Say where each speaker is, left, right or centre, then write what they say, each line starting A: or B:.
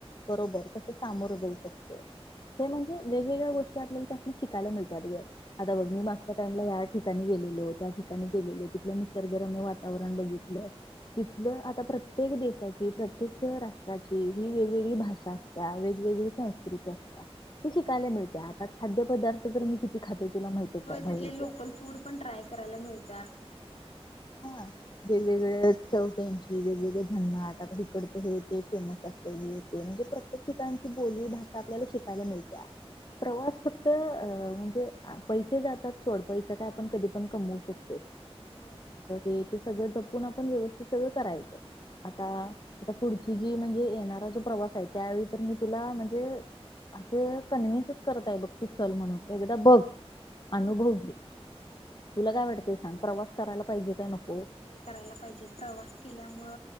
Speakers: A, on the left; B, on the left.
A: बरोबर कसे सामोर जाऊ शकतो. ते म्हणजे
B: हा,
A: वेगवेगळ्या गोष्टी आपल्याला त्या शिकायला मिळतात गं आता बघ मी मागच्या टाइमला या ठिकाणी गेलेलो त्या ठिकाणी गेलेलो तिथल निसर्गरम्य वातावरण बघितलं तिथल आता प्रत्ये प्रत्येक देशाची प्रत्येक राष्ट्राची ही वेगवेगळी भाषा आसत्या वेगवेगळी संस्कृती असत्या ती शिकायला
B: होय
A: मिळतीया आता खाद्य पदार्थ तर मी किती खाते तुला माहितच
B: होय
A: आहे
B: तिथले
A: बाहेरच
B: लोकल फूड पण ट्राय करायला मिळत्यात.
A: हा वेगवेगळ्या चव त्याची वेगवेगळे झणाट आता हिकडच हे ते फेमस असलय हे ते म्हणजे प्रत्येक ठिकाणची बोली भाषा आपल्याला शिकायला मिळतिया प्रवास फक्त अ म्हणजे पैसे जातात सोड पैसा काय आपण कधी पण कमवू शकतोय
B: होय
A: येथे सगळं जपून आपण व्यवस्थित करायचं. आता
B: होय
A: आता पुढ ची जी म्हणजे येणारा जो प्रवास आहे त्यावेळी तर मी तुला म्हणजे असं कन्व्हेन्सच करत आहे बघ तू चल म्हणून एकदा बघ अनुभव घे.
B: हो
A: तुला काय वाटत सांग प्रवास करायला पाहिजे काय नको?
B: ये करायला पाहिजे, प्रवास केल्यामुळ